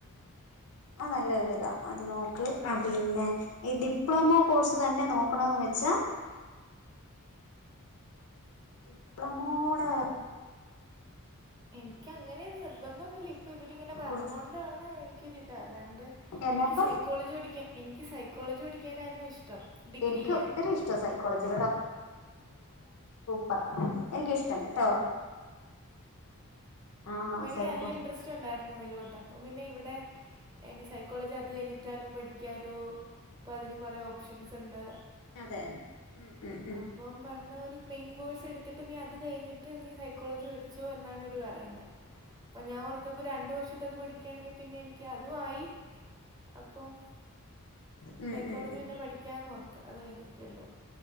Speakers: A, on the left; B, on the right.
A: ആ നല്ല ഒരു ഇതാ അത് നോക്ക് ആ പിന്നെ ഈ ഡി ഡിപ്ലോമോ കോഴ്സ് തന്നെ നോക്കണന്ന് വെച്ചാ ഡിപ്ലമോട
B: എനിക്ക് അങ്ങനെ നിർബന്ധം ഒന്നുമില്ല ഇപ്പൊ ഇവരിങ്ങനെ പറഞ്ഞോണ്ടാണ്
A: കുറിച്ച്
B: എനിക്കൊരി ല്ലാണ്ട്
A: എന്നാപ്പ
B: എനിക്ക് സൈക്കോളജി പഠിക്കാ എനിക്ക് സൈക്കോളജി പഠിക്കാനായിരുന്നു ഇഷ്ടം ഡിഗ്രി
A: എനിക്ക്
B: ചെയ്യാൻ
A: ഒത്തിരി ഇഷ്ട സൈക്കോളജി പ്പർ എനിക്കിഷ്ടണ് കേട്ടോ ആ
B: അപ്പൊ എനിക്ക്
A: സൈക്കോളജി
B: നല്ല ഇൻട്രസ്റ്റ് ഉണ്ടായിരു <unintelligible> അപ്പം പിന്നെ ഇവിടെ സൈക്കോളജി അത് കഴിഞ്ഞിട്ടാലും പഠിക്കാലോ അപ്പോ അതിന് കുറേ ഓപ്ഷൻസ് ഉണ്ട്
A: അതെ ഉം ഉം ഉം
B: അപ്പം പറഞ്ഞ ഒരു മെയിൻ കോഴ്സ് എടുത്തിട്ട് നീ അത് കഴിഞ്ഞിട്ട് നീ സൈക്കോളജി പഠിച്ചോ എന്നാണ് അവര് പറയുന്നെ അപ്പൊ ഞാൻ ഓർത്തപ്പോ രണ്ടു വർഷത്ത അത് പഠിക്കുകയാണെങ്കിൽ പിന്നെ എനിക്ക് അതും ആയി അപ്പം
A: ഉം
B: സൈക്കോളജി
A: ഉം ഉം
B: പിന്നെ പഠിക്ക അത് കഴിഞ്ഞിട്ടേള്ളൂ